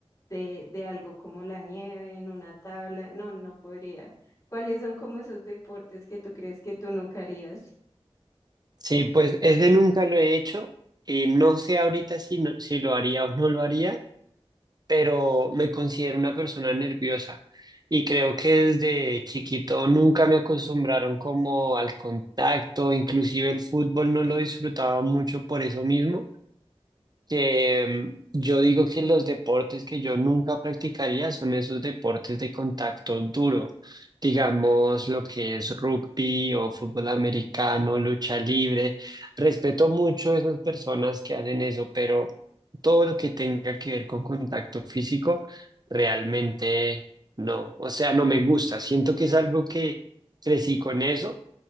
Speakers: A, on the left; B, on the right.
A: de, de algo como la nieve en una tabla, no, no podría. ¿Cuáles son como esos deportes que tú crees que tú nunca harías?
B: Sí, pues ese nunca lo he hecho. y no sé ahorita si, no- si lo haría o no lo haría, pero me considero una persona nerviosa y creo que desde chiquito nunca me acostumbraron como al contacto, inclusive el fútbol no lo disfrutaba mucho por eso mismo que mm, yo digo que los deportes que yo nunca practicaría son esos deportes de contacto duro, digamos lo que es rugby o fútbol americano, lucha libre. Respeto mucho a esas personas que hacen eso, pero todo lo que tenga que ver con contacto físico, realmente no. O sea, no me gusta. Siento que es algo que crecí con eso